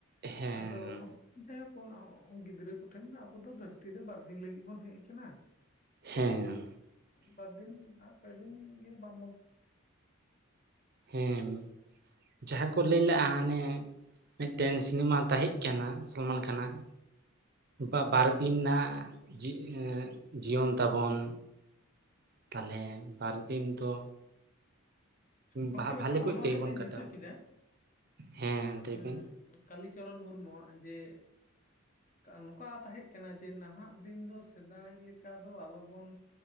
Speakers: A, on the right; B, on the left.
A: ᱦᱮᱸ
B: ᱟᱫᱚ ᱡᱟᱭᱦᱳᱠ ᱜᱤᱫᱽᱨᱟᱹ ᱠᱚᱴᱷᱮᱱ ᱫᱚ ᱟᱵᱚ ᱫᱚ ᱫᱷᱟᱹᱨᱛᱤ ᱨᱮ ᱵᱟᱨ ᱫᱤᱱ ᱞᱟᱹᱜᱤᱫ ᱵᱚᱱ ᱦᱮᱡ ᱟᱠᱟᱱᱟ᱾
A: ᱦᱮᱸ᱾
B: ᱵᱟᱨ ᱫᱤᱱ ᱯᱮᱫᱤᱱ ᱜᱮ ᱵᱟᱵᱚᱱ
A: ᱦᱮᱸ ᱡᱟᱦᱟᱸ ᱠᱚ ᱞᱟᱹᱭ ᱞᱮᱜᱼᱟ, ᱦᱟᱱᱮ ᱢᱤᱫᱴᱮᱱ ᱥᱤᱱᱮᱢᱟ ᱛᱟᱦᱮᱸ ᱠᱟᱱᱟ᱾ ᱥᱚᱞᱢᱟᱱ ᱠᱷᱚᱱᱟᱜ ᱵᱟ ᱵᱟᱨ ᱫᱤᱱ ᱨᱮᱱᱟᱜ ᱡᱤᱭᱚᱱ ᱛᱟᱵᱚᱱ
B: ᱦᱩᱸ᱾
A: ᱛᱟᱦᱚᱞᱮ ᱵᱟᱨ ᱫᱤᱱ ᱫᱚ,
B: ᱜᱚᱢᱠᱮ
A: ᱵᱷᱟᱞᱮ
B: ᱢᱤᱫᱴᱟᱝ
A: ᱠᱚᱡ
B: ᱚᱱᱬᱦᱮᱸᱜ
A: ᱛᱮᱜᱮ ᱵᱚᱱ
B: ᱞᱤᱧ
A: ᱠᱟᱴᱟᱣᱟ
B: ᱫᱤᱥᱟᱹ ᱠᱮᱫᱟ
A: ᱦᱮᱸ ᱞᱟᱹᱭ
B: ᱩᱸᱜ,
A: ᱵᱮᱱ
B: ᱠᱟᱞᱤᱪᱚᱨᱚᱱ ᱢᱩᱨᱢᱩᱣᱟᱜ ᱡᱮ, ᱱᱚᱝᱠᱟ ᱛᱟᱦᱮᱸ ᱠᱟᱱᱟ ᱡᱮ ᱱᱟᱦᱟᱜ ᱫᱤᱱ ᱫᱚ ᱥᱮᱫᱟᱭ ᱞᱮᱠᱟ ᱫᱚ ᱟᱞᱚᱵᱚᱱ